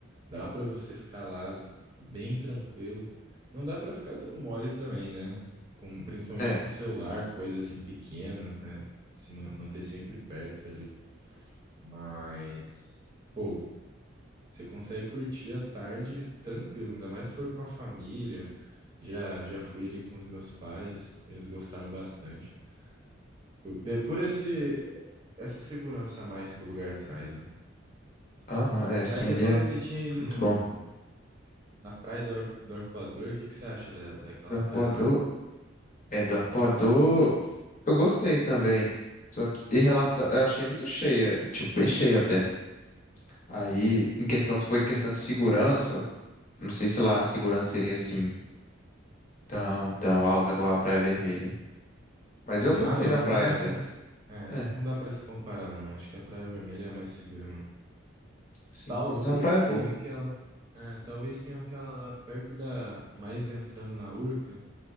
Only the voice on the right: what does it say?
dá pra você ficar lá bem tranquilo. Não dá pra ficar dando mole também, né? Com, principalmente
com celular, coisa assim pequena, né? Se ma- manter sempre perto ali. Mas, pô, você consegue curtir a tarde tranquilo, ainda mais se for com a família. Já, já fui ali com os meus pais, eles gostaram bastante. Por, pe- por esse, essa segurança a mais que o lugar traz, né?
Mas você
falou
que você tinha
ido no,
na praia do, Ar- do Arpoador, o que, que você acha da, daquela
praia lá?
Ah,
tem,
ah, não,
não,
não é.
Não, se- é,
não dá pra se comparar, não. Acho que a Praia Vermelha é a mais segura mesmo.
Talvez
tenha
aquela. é, talvez tenha aquela lá perto da. Mais entrando na Urca.